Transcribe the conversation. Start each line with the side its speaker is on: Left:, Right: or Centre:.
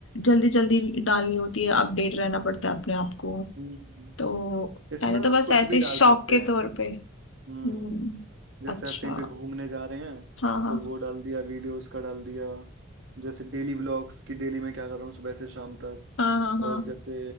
Left: जल्दी जल्दी डालनी होती है अपडेट रहना पड़ता है अपने आप को
Right: हम्म,
Left: तो
Right: इसमें
Left: मैंने तो बस
Right: आप कुछ
Left: ऐसे
Right: भी
Left: ही
Right: डाल
Left: शौक
Right: सकते
Left: के
Right: हैं
Left: तौर पे हम्म
Right: हम्म जैसे
Left: अच्छा
Right: आप कहीं पे घूमने जा रहे हैं
Left: हाँ हाँ
Right: तो वो डाल दिया वीडियोस का डाल दिया जैसे डेली व्लॉग्स कि डेली मैं क्या कर रहा हूँ सुबह से शाम तक
Left: हाँ हाँ हाँ
Right: और जैसे